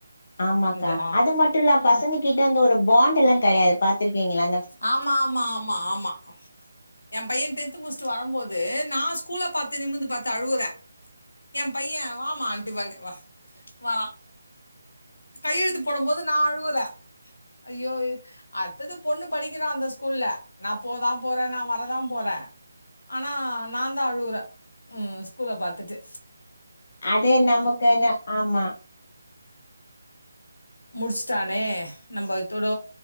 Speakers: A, on the left; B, on the left.
A: ஆமாக்கா
B: இந்த ஆ
A: அது மட்டுல்ல பசங்க கிட்ட அந்த ஒரு பாண்ட் எல்லா கெடையாது பாத்துருக்கிங்ளா
B: ஆமா ஆமா ஆமா ஆமா எம் பைய டென்த் முடிச்ட்டு வரம்போது வந்து நா ஸ்கூல பாத்து நிமிந்து பாத்து அழுவுறே எம் பைய வாமான்ட்டு வ வா வா கையெழுத்து போடும் போது நா அழுவுறே ஐயோ அத்தது பொண்ணு படிக்கிறா அந்த ஸ்கூல்ல நா போதா போறே நா வரதா போறே ஆனா நாந்தா அழுகுறே ம் ஸ்கூல பாத்துட்டு
A: அதே நமக்குன ஆமா
B: முடிச்சுட்டானே நம்ம இத்தோட